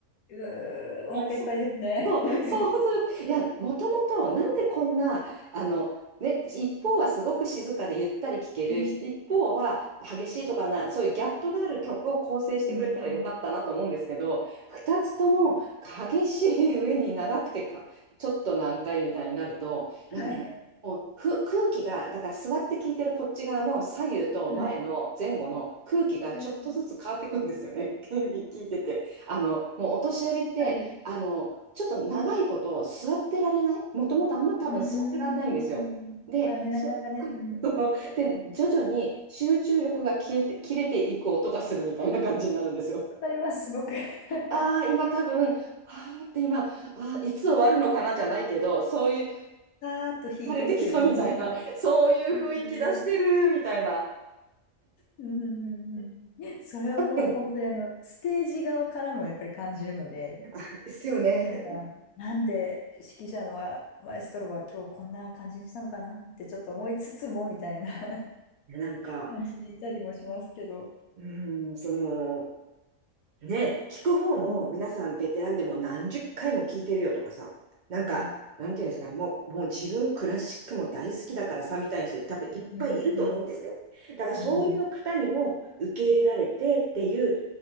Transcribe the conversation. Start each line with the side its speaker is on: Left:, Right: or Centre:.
Left: うーお腹いっぱいですね。
Right: もう <laughs> そうすると、
Left: <laughs>
Right: いや、もともと、なんでこんな、あの、ね、一方はすごく静かでゆったり聴ける、
Left: うん、
Right: ひ一方は激しいとかな、そういうギャップがある曲を構成してくれたらよかったなと思うんですけど、
Left: うん、うん。
Right: 二つとも激しい上に長くてか、ちょっと難解みたいになると、なんかね、
Left: はい、
Right: もうふ空気が、だから座って聴いてるこっち側の左右と前の前後の空気がちょっとずつ変わってくんですよね、
Left: はい。うん
Right: <laughs> 聞いてて。あの、もうお年寄りって、
Left: はい。う
Right: あの、ちょっと長いこと座ってられない、もともとあんま多分座ってらんないんですよ。
Left: ーん。
Right: で、
Left: まあね、
Right: そ
Left: なかなかね、
Right: <laughs>
Left: うん。
Right: そうで徐々に集中力が消えて切れていく音がするみたいな感じになるんですよ。
Left: わかります、すごく。<laughs>
Right: ああ、今多分、ああって今、ああ、いつ終わるのかなじゃないけど、そういう、
Left: さーっと引いてきてる感じがね。
Right: 枯れてきたみたいな、そういう雰囲気出してるみたいな。
Left: うん、うん、うん。うんうんそれはもう本当にあの、
Right: うん
Left: ステージ側からもやっぱり感じるので、
Right: あ、ですよね。
Left: なんか、なんで指揮者のは、マエストロは今日こんな感じにしたのかなってちょっと思いつつも、みたいな。
Right: いやなんか、
Left: 感じでいたりもしますけど。
Right: うん、その、ね、聞く方も皆さんベテランでもう何十回も聞いてるよとかさ、
Left: うん、
Right: なんか、
Left: うん、
Right: なんていうんですかね、
Left: うん、
Right: もう、もう自分クラシックも大好きだからさ、みたいな人多分いっぱいいると思うんですよ。
Left: うん、う
Right: だからそういう方にも受け入れられてっていう、
Left: ん、うん、